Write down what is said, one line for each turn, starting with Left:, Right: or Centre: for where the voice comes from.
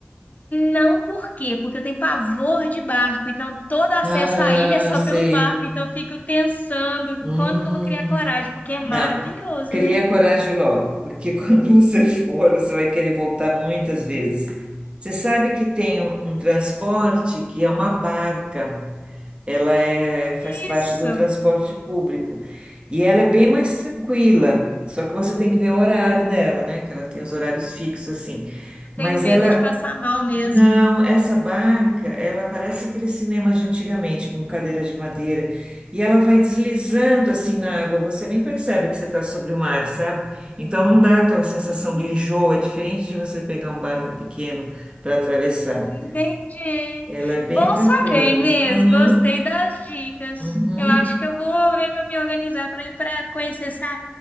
Left: Não por quê? Porque eu tenho pavor de barco, então todo acesso
Right: Ah,
Left: à ilha é só
Right: sei.
Left: pelo barco, então eu fico pensando
Right: Hum.
Left: quando que eu vou criar coragem, porque é
Right: Não,
Left: maravilhoso,
Right: cria
Left: né?
Right: coragem logo, porque <laughs> quando você for, você vai querer voltar muitas vezes. Você sabe que tem um, um transporte que é uma barca, ela é, faz
Left: Isso,
Right: parte do
Left: eu
Right: transporte público e ela é bem mais tranquila, só que você tem que ver o horário dela, né? Que ela tem os horários fixos assim. Mas
Left: tenho medo
Right: ela
Left: de passar mal mesmo.
Right: não, essa barca, ela parece aqueles cinemas de antigamente, com cadeira de madeira, e ela vai deslizando assim na água, você nem percebe que você está sobre o mar, sabe? Então não dá aquela sensação
Left: Hum.
Right: de enjoo, é diferente de você pegar um barco pequeno para atravessar.
Left: Entendi.
Right: Ela é bem
Left: Bom
Right: tranquila.
Left: saber, Inês.
Right: Uhum,
Left: Gostei das dicas.
Right: uhum.
Left: Eu acho que eu vou ver para me organizar para ir para conhecer essa